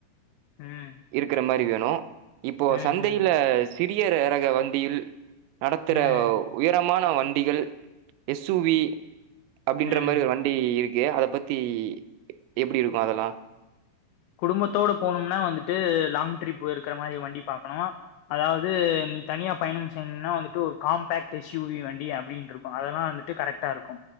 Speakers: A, on the left; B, on the right.
A: ம்.
B: இருக்கற மாரி வேணு இப்போ
A: ம் ம்
B: சந்தையில சிறிய ர ரக வண்டியில் நடத்துற
A: ம் ம்
B: உயரமான வண்டிகள் எஸ் சு வி அப்டின்ற
A: ம்
B: மாரி ஒரு வண்டி இருக்கு அத பத்தி எ எப்டி இருக்கு அதெல்லா?
A: குடும்பத்தோட போணும்னா வந்துட்டு லாங் ட்ரிப்பு இருக்கற மாரி வண்டி பாக்கணு. அதாவது நீ தனியா பயணம் செய்யுன்னா வந்துட்டு ஒரு காம்பாக்ட் எஸ் யு வி வண்டி அப்டின்டுரு க்கு அதெல்லா வந்துட்டு கரெக்ட்டாருக்கு.